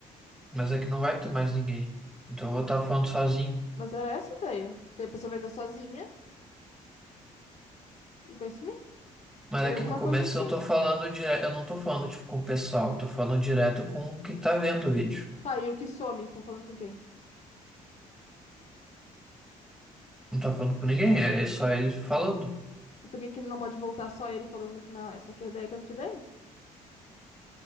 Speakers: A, in the centre; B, on the left.
A: Mas é que não vai ter mais ninguém. Então eu vou estar falando sozinho.
B: Mas era essa a ideia. Daí a pessoa vai estar sozinha e vai sumir.
A: Mas
B: Era
A: é que
B: alguma
A: no começo
B: coisa assim.
A: eu tô falando direto, eu não tô falando tipo com o pessoal, eu tô falando direto com quem tá vendo o vídeo.
B: Tá, e o que some? Tá falando com quem?
A: Não tô falando com ninguém, é é só ele falando.
B: E por que que ele não pode voltar só ele falando no final? Essa que é a ideia que eu te dei?